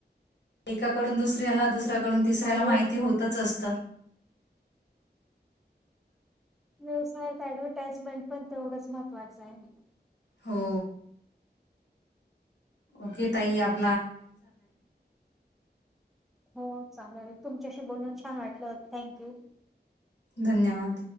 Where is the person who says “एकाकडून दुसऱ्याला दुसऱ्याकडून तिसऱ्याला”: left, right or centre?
Left